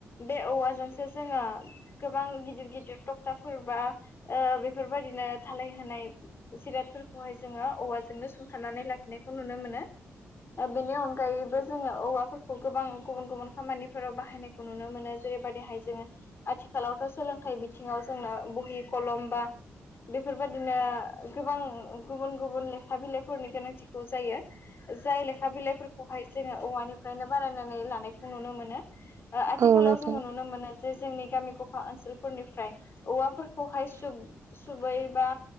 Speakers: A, on the left (about 50°); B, on the right (about 65°).
A: बे औवाजोंसो जोङो। गोबां गिदिर गिदिर क्टाफोरबा बेफोरबायदिनो थालाय होनाय जिरादफोरखौहाय जोङो औवाजोंनो सुंथानानै लाखिनायखौ नुनो मोनो। बेनिअनगायै जोङो औवाफोरखौ गोबां गुबुन गुबुन खामानिफोराव बाहायनायखौ नुनो मोनो जेरैबायदिहाय जोङो आथिखालावथ' सोलोंथाइ बिथिङाव जोंनो बहि कलम बा बेफोरबायदि बिदिनो गोबां गुबुन गुबुन लेखा बिलाइफोरनि गोनांथिखौ जायो। जाय लेखा बिलाइफोरखौहाय जोङो औवानिफ्रायनो बानायनानै लानायखौ नुनो मोनो। आथिखालाव
B: औ नोंथां औ नोंथां
A: जोङो नुनो मोनो जे जोंनि गामि गफा ओनसोलफोरनिफ्राय औवा। हाय सुबैबा